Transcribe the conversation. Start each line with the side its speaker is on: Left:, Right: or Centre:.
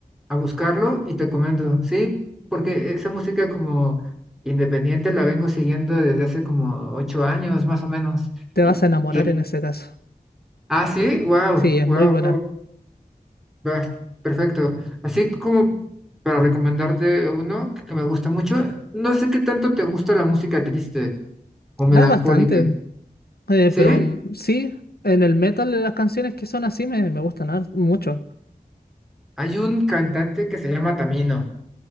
Centre: a buscarlo y te comento. Sí, porque esa música como independiente la vengo siguiendo desde hace como ocho años, más o menos.
Left: Te
Centre: Y,
Left: vas a enamorar
Centre: y-
Left: en ese caso.
Centre: ah, sí, wow,
Left: Sí, es
Centre: wow,
Left: muy buena.
Centre: Va, perfecto. Así como para recomendarte uno que me gusta mucho, no sé qué tanto te gusta la música triste o melancólica.
Left: Ah, bastante. Eh,
Centre: ¿Sí?
Left: pero mm, sí, en el metal las canciones que son así me, me gustan har- mucho.
Centre: Hay un cantante que se llama Tamino.